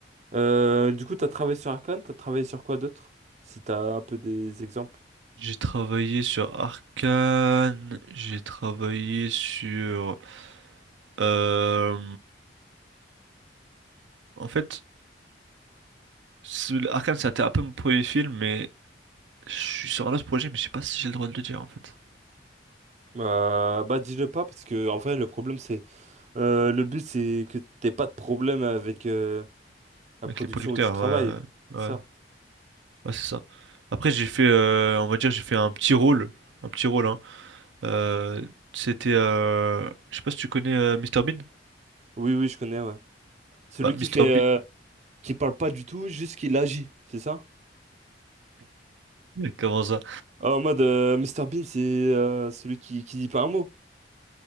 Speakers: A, on the right; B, on the right.
A: Euh, du coup, t'as travaillé sur Arcane, t'as travaillé sur quoi d'autre? Si t'as un peu des exemples.
B: J'ai travaillé sur Arcane. J'ai travaillé sur. euh, En fait, ce- Arcane, c'était un peu mon premier film, mais Je suis sur un autre projet, mais je sais pas si j'ai le droit de le dire en fait.
A: Euh, bah dis-le pas parce que en vrai le problème c'est euh, le but c'est que t'aies pas de problème avec euh, la
B: Avec
A: production
B: les producteurs,
A: où tu travailles.
B: ouais,
A: C'est
B: ouais,
A: ça?
B: ouais, ouais, c'est ça. Après, j'ai fait, euh, on va dire, j'ai fait un petit rôle, un petit rôle, hein. Euh, c'était, euh, je sais pas si tu connais euh, Mr Bean.
A: Oui oui je connais ouais. Celui
B: Bah, Mr
A: qui fait euh,
B: Bean,
A: qui parle pas du tout, juste qu'il agit, c'est ça?
B: <laughs> comment ça?
A: Ah, en mode euh, Mr Bean c'est euh, celui qui qui dit pas un mot.